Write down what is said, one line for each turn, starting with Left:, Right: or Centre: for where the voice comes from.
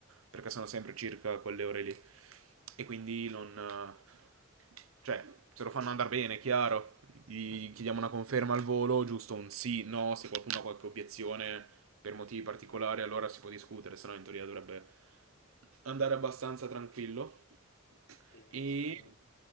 Right: perché sono sempre circa quelle ore lì. E quindi non... eh, cioè, se lo fanno andare bene, chiaro gli chiediamo una conferma al volo, giusto un sì, no, se qualcuno ha qualche obiezione per motivi particolari allora si può discutere, se no in teoria dovrebbe andare abbastanza tranquillo.
Left: Sì, anche
Right: E,
Left: secondo me.